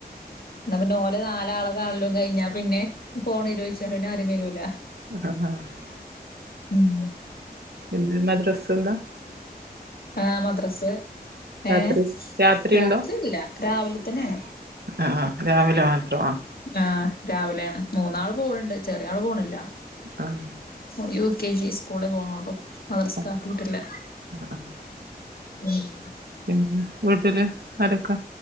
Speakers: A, on the left; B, on the right.
A: ന്നാ പിന്നെ ഓര് നാലാള കാൺലും കഴിഞ്ഞാ പിന്നെ ഫോണോരിച്ചാണ്ട് പിന്നെ ആരും വരൂല
B: <unintelligible>
A: ഉം
B: ഇന്ന് മദ്രസ് ഇണ്ടാ
A: ആഹ് മദ്രസ്
B: രാത്രി
A: ഏഹ്
B: രാത്രിയുണ്ടോ
A: രാത്രില്ല രാവിലെ തന്നെയാണ്
B: അഹ് ആഹ് രാവിലെ മാത്രോ അഹ്
A: ആഹ് രാവിലെ മൂന്നാള് പോവ്ണ്ട്, ചെറിയാള് പോവ്ണില്ല.
B: ആഹ്
A: ഓൻ യു കെ ജി സ്കൂൾ പോകുന്നൊള്ളു മദ്രസ്ക്കാക്കിട്ടില്ല
B: ആഹ് <unintelligible>
A: <unintelligible>
B: പിന്നെ വീട്ടില് ആരൊക്കെ?